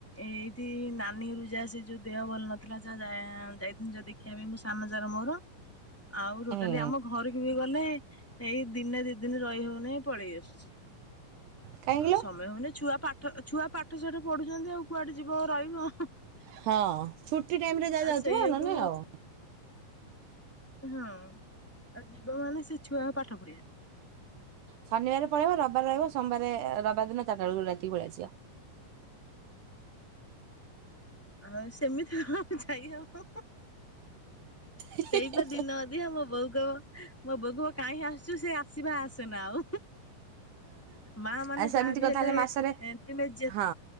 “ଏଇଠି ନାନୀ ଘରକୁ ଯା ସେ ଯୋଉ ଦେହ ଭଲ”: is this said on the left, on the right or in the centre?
Centre